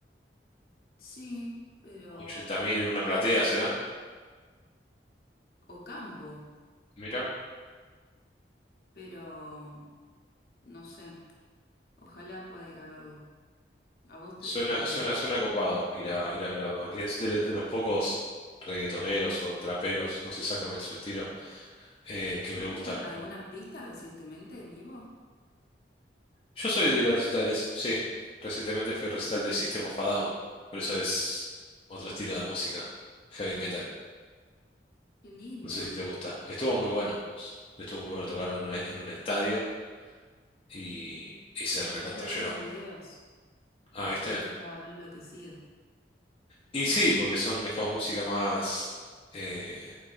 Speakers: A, on the left; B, on the left.
A: Sí, pero
B: ochenta mil
A: bueno,
B: una platea, ¿será?
A: o campo,
B: Mira,
A: pero no sé, ojalá pueda ir a verlo. ¿A vos te-
B: suena,
A: eh,
B: suena, suena copado ir a, ir a ver a Bad Bunny. Es de, de los pocos reggaetoneros o traperos, no sé exactamente su estilo, eh, que
A: viste
B: me gustan.
A: algún artista recientemente en vivo?
B: Yo soy de ir a recitales, sí. Recientemente fui al recital de System of a Down, pero eso es otro estilo de música, heavy metal.
A: Qué lindo.
B: No sé si te gusta. Estuvo muy bueno. Estuvo muy bueno, tocaron en un, e, en un estadio y, y se recontrallenó.
A: Vi algunos videos y
B: Ah,
A: la
B: ¿viste?
A: gente estaba re enloquecida,
B: Y sí, porque son, es como música más, eh,